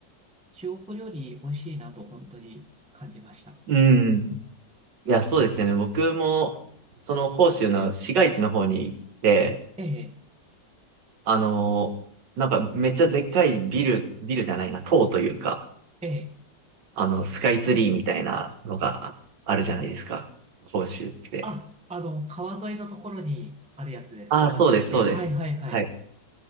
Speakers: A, in the centre; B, on the right (about 70°).
A: 中国料理美味しいなと本当に感じました。
B: うん。
A: うん
B: いや、そうですね。僕も、その、広州の市街地の方に行って、
A: ええ、
B: あのーなんか、めっちゃでっかいビル、ビルじゃないな、塔というか、
A: ええ。
B: あの、スカイツリーみたいなのがあるじゃないですか。広州って。
A: あ、あの、川沿いのところにあるやつですかもしかして。
B: ああ、そうです、そうです。
A: はいはいはい。
B: はい。